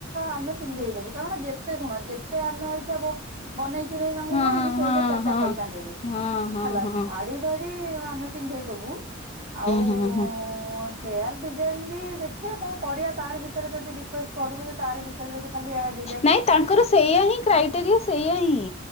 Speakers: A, on the right; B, on the left.
A: ଆମେ ପିନ୍ଧେଇ ଦବୁ, କାରଣ ଯେତେ ଶୁଣ ଯେତେ ଆମେ ଏଇଖା ବ ବନେଇ ଚୁନେଇ ତାଙ୍କୁ
B: ହଁ
A: କହିବୁ
B: ହଁ
A: ସିଏ
B: ହଁ
A: ଏଇଖା ସେତେ
B: ହଁ
A: ପଇସା ନେବେ
B: ହଁ
A: ହେଲା।
B: ହଁ
A: ଶାଢ଼ୀ ଫାଡି ଆମେ ପିନ୍ଧେଇଦବୁ। ଆଉ ଉଁ,
B: ହୁଁ ହୁଁ
A: ହେୟାର୍ ଡିଜାଇନ୍ ବି ଦେଖିଆ କଣ କରିବା। ତାରି ଭିତରେ ଯଦି ରିକ୍ୱେଷ୍ଟ କରିବୁ। ସେ ତାରି ଭିତରେ ଯଦି ଖାଲି ହେୟାର୍ ଡିଜ
B: ନାଇଁ ତାଙ୍କର ସେଇଆ ହିଁ କ୍ରାଇଟେରିଆ ସେଇଆ ହିଁ।